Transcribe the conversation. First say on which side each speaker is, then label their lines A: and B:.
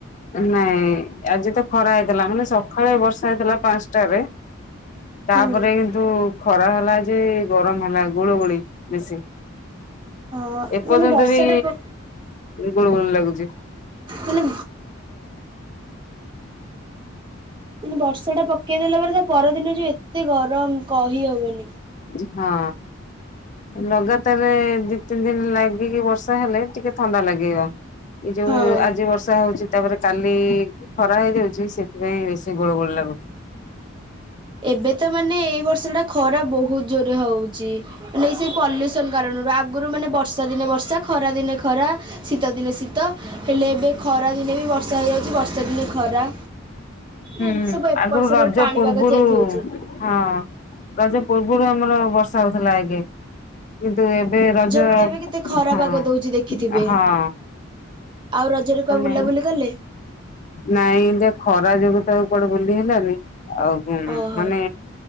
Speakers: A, on the left; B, on the right.
A: ନାଇଁ ଆଜି ତ ଖରା ହେଇଥିଲା ମାନେ ସକାଳେ ବର୍ଷା ହେଇଥିଲା ପାଁଶଟାରେ। ତାପରେ
B: ହୁଁ
A: କିନ୍ତୁ ଖରା ହେଲା ଯେ ଗରମ ହେ ନା ଗୁଳୁ ଗୁଳି ବେଶୀ
B: ହଁ
A: ଏପର୍ଯ୍ୟନ୍ତ
B: ମାନେ ବର୍ଷା
A: ବି
B: ଟା
A: ଗୁଳି ଗୁଳି ଲାଗୁଚି।
B: ମାନେ ମାନେ ବର୍ଷା ଟା ପକେଇଦେଲା ପରେ ତା ପରଦିନ ଯୋଉ ଏତେ ଗରମ କହିହବନି।
A: ଯି ହଁ ଲଗାତାରେ ଦି ତିନି ଦିନ ଲାଗିକି ବର୍ଷା ହେଲେ ଟିକେ ଥଣ୍ଡା ଲାଗିବ। ଏ ଯୋଉ
B: ହଁ।
A: ଆଜି ବର୍ଷା ହୋଉଚି। ତାପରେ କାଲି ଖରା ହେଇଯାଉଚି ସେଥିପାଇଁ ବେଶୀ ଗୁଳୁ ଗୁଳୀ ଲାଗୁଚି।
B: ଏବେ ତ ମାନେ ଏଇ ବର୍ଷ ଟା ଖରା ବୋହୁତ ଜୋରେରେ ହଉଚି। ମାନେ ସେ ପଲ୍ୟୁସନ କାରଣରୁ ଆଗରୁ ମାନେ ବର୍ଷା ଦିନେ ବର୍ଷା ଖରା ଦିନେ ଖରା ଶୀତ ଦିନେ ଶୀତ ହେଲେ ଏବେ ଖରାଦିନେ ବି ବର୍ଷା ହେଯାଉଚି ବର୍ଷା ଦିନେ ଖରା।
A: ହୁଁ
B: ଏମିତି ସବୁ ଏପଟ
A: ଆଗରୁ
B: ସେପଟ
A: ରଜ
B: ପାଣିପାଗ
A: ପୂର୍ବୁରୁ
B: ଚେଞ୍ଜ ହଉଛି।
A: ହଁ ରଜ ପୂର୍ବୁରୁ ଆମର ବର୍ଷା ହୋଉଥିଲା ଆଗେ। କିନ୍ତୁ ଏବେ ରଜ
B: ବେଳେ ଏବେ କେତେ ଖରା
A: ହଁ
B: ପାଗ ଦଉଛି ଦେଖିଥିବେ।
A: ହଁ
B: ଆଉ ରଜରେ
A: ମାନେ
B: କୁଆ ବୁଲାବୁଲି କଲେ?
A: ନାଇଁ ଏମତିଆ ଖରା ଯୋଗୁଁ ତ କୁଆଡେ ବୁଲି ହେଲାନି ଆଉ
B: ଓହୋ
A: ମାନେ